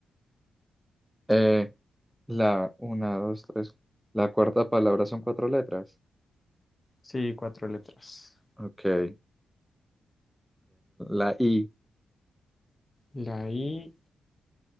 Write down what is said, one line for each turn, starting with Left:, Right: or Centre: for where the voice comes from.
Centre: Eh, la una, dos, tres. La cuarta palabra son cuatro letras.
Left: Sí, cuatro letras.
Centre: Ok. ya La I.
Left: La I,